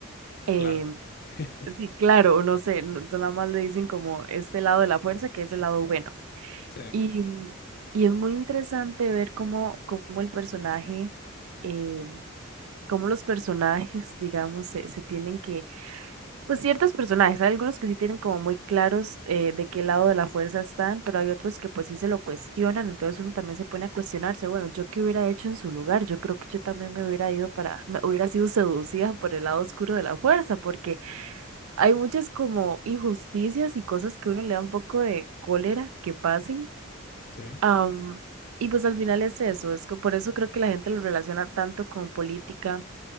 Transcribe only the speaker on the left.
claro. <laughs>
Sí,
sí.